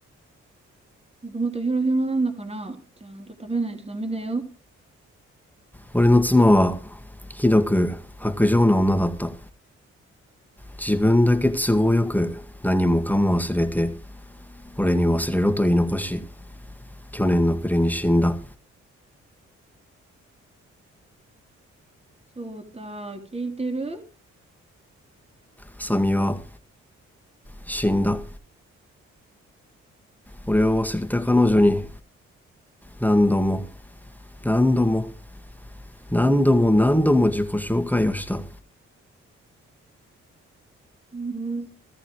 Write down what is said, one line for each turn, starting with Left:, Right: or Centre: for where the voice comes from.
Right: もともとヘロヘロなんだから、ちゃんと食べないとダメだよ。
Centre: 俺の妻はひどく薄情な女だった自分だけ都合よく何もかも忘れて俺に忘れろと言い残し去年の暮れに死んだ
Right: そうた、聞いてる
Centre: 浅見は死んだ俺を忘れた彼女に何度も何度も何度も何度も自己紹介をした
Right: うん、